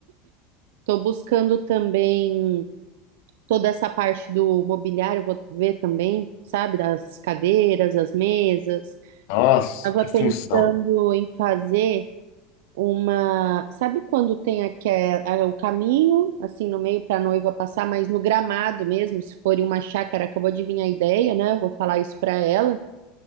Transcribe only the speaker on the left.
nossa,
que
função.